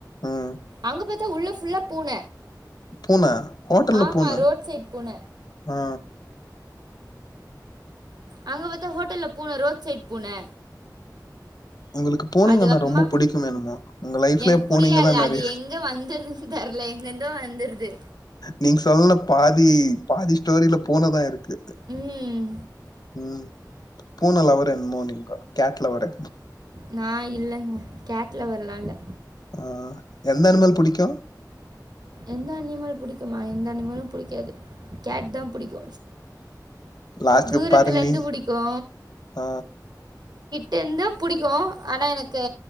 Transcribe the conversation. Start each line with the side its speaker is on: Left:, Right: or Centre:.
Left: ம்
Right: அங்க பத்தி உள்ள ஃபுல்லா பூன
Left: பூன ஹோட்டல்ல
Right: ஆமா
Left: பூன
Right: ரோட் சைட் பூன
Left: ஆ
Right: அங்க பாத்தா ஹோட்டல்ல பூன ரோட் சைட் பூன
Left: உங்களுக்கு பூனைங்கனா
Right: அதுக்கப்புறமா
Left: ரொம்ப புடிக்குமேனுதா உங்க லைஃப்லயே
Right: எனக்கு
Left: பூனைங்கதா
Right: புடிக்காது
Left: நெறய
Right: அது எங்க வந்துருதுன்னு தெர்ல எங்கிருந்தோ வந்துருது
Left: நீங்க சொல்லல பாதி பாதி ஸ்டோரியில பூனதா இருக்கு
Right: ம்
Left: உம் பூன லவ்வறா என்னமோ நீங்க கேட் லவ்வரு
Right: நா இல்லங்க கேட் லவ்வர்லா இல்ல
Left: ஆ எந்த அணிமல் புடிக்கு
Right: எந்த அனிமல் புடிக்குமா எந்த அனிமலு புடிக்காது கேட் தா புடிக்கு
Left: லாஸ்டுக்கு
Right: தூரத்துல
Left: பாரு
Right: இருந்து
Left: நீ
Right: புடிக்கு
Left: ஆ
Right: டெந்தா புடிக்கு ஆனா எனக்கு